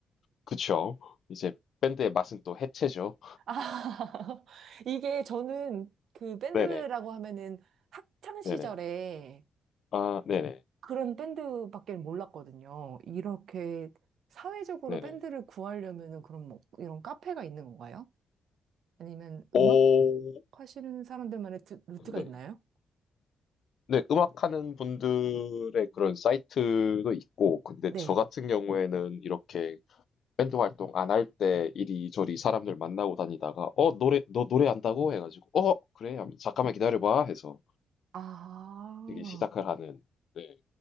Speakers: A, on the left; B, on the right.
A: 그쵸. 이제 밴드의 맛은 또 해체죠.
B: 아, <laughs> 이게 저는 그 밴드라고
A: 네네,
B: 하면은 학창 시절에
A: 네네. 아, 네네,
B: 그런 밴드밖에 몰랐거든요. 이렇게 사회적으로
A: 네네.
B: 밴드를 구하려면은 그럼 뭐 이런 카페가 있는 건가요? 아니면
A: 오,
B: 음악 하시는 사람들만의 드- 루트가
A: 네.
B: 있나요?
A: 네, 음악하는 분들의 그런 사이트도 있고, 근데
B: 네.
A: 저 같은 경우에는 이렇게 밴드 활동 안 할 때 이리저리 사람들 만나고 다니다가 어 노래 너 노래한다고 해가지고 어 어, 그래 하면 잠깐만 기다려봐 해서
B: 아.
A: 되게 시작을 하는 네